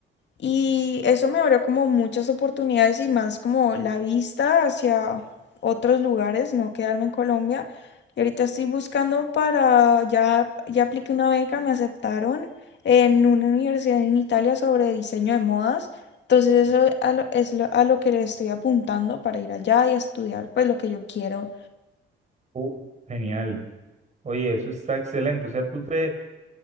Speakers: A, on the left; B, on the right.
A: Y eso me abrió como muchas oportunidades y más como la vista hacia otros lugares, no quedarme en Colombia. Y ahorita estoy buscando para, ya, ya apliqué una beca, me aceptaron en una universidad en Italia sobre diseño de modas. Entonces eso a lo- es lo- a lo que le estoy apuntando para ir allá y estudiar pues lo que yo quiero.
B: Uh, genial. Oye, eso está excelente. O sea, ¿tú te,